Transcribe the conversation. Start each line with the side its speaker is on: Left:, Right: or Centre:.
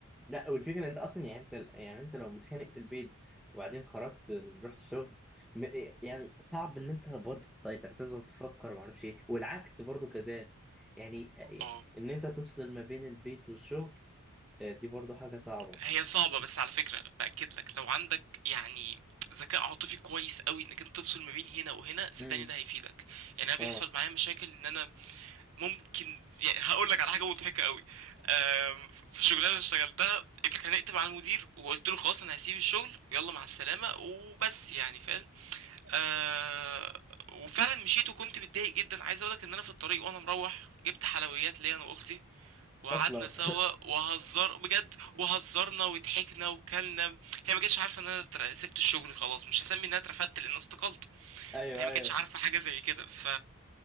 Centre: لا والفكره انت اصلا يعني انت يعني انت لو متخانق في البيت وبعدين خرجت رحت الشغل م- يعني صعب ان انت برضه تسيطر تفضل تفكر وما اعرفش ايه والعكس برضه كذلك يعني يعني
Right: آه.
Centre: ان انت تفصل ما بين البيت والشغل آه، دي برضه حاجه صعبه
Right: هي صعبة بس على فكرة بأكد لك لو عندك يعني ذكاء عاطفي كويس قوي انك انت تفصل ما بين هنا وهنا صدقني
Centre: امم
Right: ده هيفيدك يعني انا بيحصل
Centre: اه
Right: معايا مشاكل ان انا ممكن يعني هقول لك على حاجه مضحكه قوي آم، في شغلانه اشتغلتها اتخانقت مع المدير وقلت له خلاص انا هسيب الشغل ويلا مع السلامه وبس يعني فاهم آه، وفعلا مشيت وكنت متضايق جدا عايز اقولك ان انا في الطريق وانا مروح جبت حلويات ليا انا واختي وقعدنا
Centre: اصلا
Right: سوا
Centre: <laughs>
Right: وهزر بجد وهزرنا وضحكنا وكلنا هي ما كانتش عارفه ان انا اتر- سبت الشغل خلاص مش هسمي ان انا اترفدت لان أنا استقلت
Centre: ايوه
Right: هي ما
Centre: ايوه
Right: كانتش عارفه حاجه زي كده ف